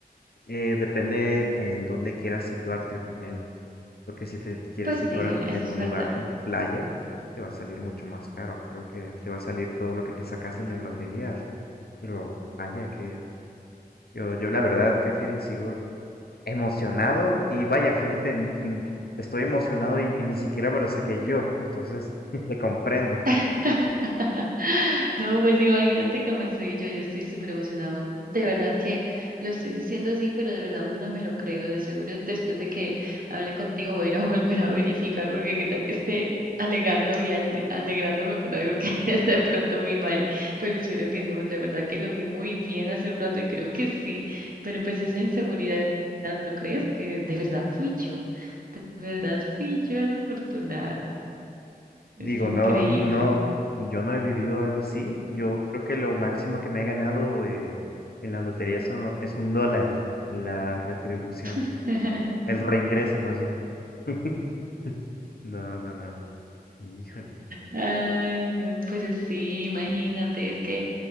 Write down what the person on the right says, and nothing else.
Pues
sí,
eso
es
verdad.
<laughs> No, pues imagínate cómo estoy yo, yo estoy súper emocionada aún, de verdad que lo estoy diciendo así, pero de verdad aún no me lo creo, de seguro después de que hable contigo voy a ir a <laughs> volver a verificar, porque qué tal que esté alegando y ale- alegrándome por algo que <laughs> de pronto vi mal, pero espero que no, de verdad que lo vi muy bien hace un rato y creo que sí, pero pues esa inseguridad, ¿no crees? Que de verdad fui yo, de verdad fui yo la afortunada,
es increíble.
<laughs>
Ay, no, pero sí, imagínate, es que,